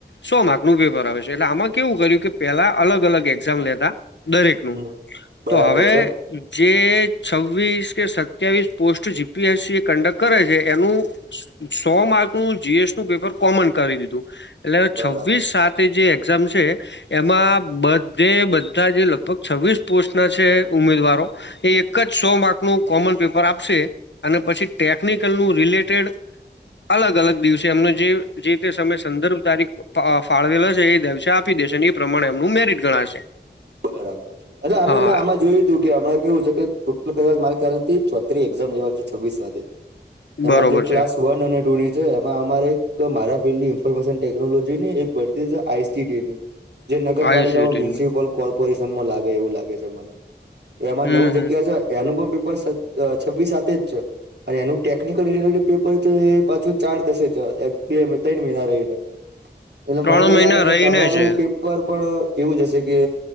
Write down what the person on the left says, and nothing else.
સો માર્કનું પેપર આવે છે એટલે આમાં કેવું કર્યુ કે પેલા અલગ અલગ એક્ઝામ લેતા દરેક નું
તો હવે
જે છવ્વીસ કે સત્યાવીસ post G P S C conduct કરે છે. એનું સો માર્ક નું જી એસ નું પેપર કોમન કરી દીધું. એટલે
છવ્વીસ સાત જે એક્ઝામ છે એમાં બા બધે બધા જે લગભગ છવ્વીસ પોસ્ટના છે ઉમેદવારો એ એક જ સો માર્કનુ કોમન પેપર આપશે અને પછી ટેકનિકલનુ રિલેટેડ અલગ અલગ દિવસે એમને જે જે તે સમય સંદર્ભ તારીખ ફાળવેલો છે એ દિવસે આપી દે શે એ પ્રમાણે એમનું મેરિટ ગણાશે.
હા
હા
બરોબર
છે
આયુસીટીની
હમ
હમ
ત્રણ
મહિના
રહીને
છે